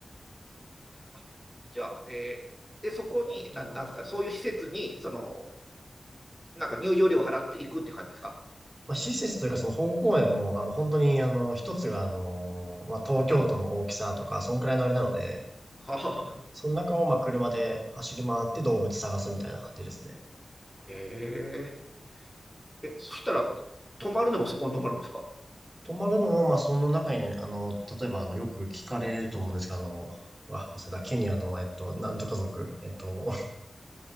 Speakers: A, in the centre; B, on the right.
A: あ、じゃあ、えーで、そこに、なん、なんですかそういう施設に、その、なんか入場料を払っていくって感じですか
B: まあ、施設というか、その保護公園も、あの、本当に、あの、一つが、あの、まあ、東京都の大きさとか、そんくらいのあれなので、
A: はあ、
B: その中を、まあ、車で走り回って動物探すみたいな感じですね。
A: えええ、そしたら、泊まるのもそこに泊まるんですか
B: 泊まるのも、まあ、その中にね、あの、例えば、あの、よく聞かれると思うんですけど、あの、うわ、忘れた、ケニアの、えっと、なんとか族、えっと、